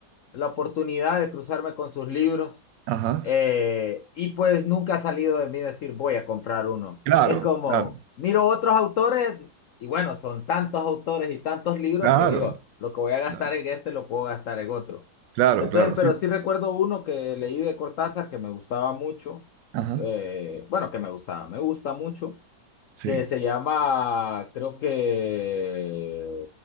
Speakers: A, on the left; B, on the right.
A: la oportunidad de cruzarme con sus libros
B: Ajá.
A: eh, y pues nunca ha salido de mí decir voy a comprar uno.
B: Claro,
A: Es como,
B: claro,
A: miro otros autores y bueno, son tantos autores y tantos libros
B: claro,
A: que digo, lo que voy a gastar
B: claro,
A: en este lo puedo gastar en otro.
B: claro,
A: Entonces,
B: claro,
A: pero
B: sí.
A: sí recuerdo uno que leí de Cortázar que me gustaba mucho,
B: Ajá.
A: eh, bueno, que me gustaba, me gusta mucho
B: Sí.
A: que se llama, creo que